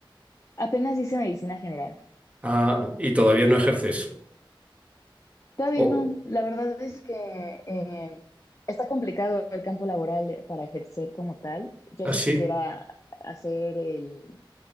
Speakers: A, on the left (about 35°); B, on the right (about 15°).
A: Apenas hice medicina general.
B: Ah, y todavía no ejerces.
A: Todavía
B: ¿O
A: no, la verdad es que eh, está complicado el campo laboral para ejercer como tal. Yo
B: así?
A: sí quisiera hacer el,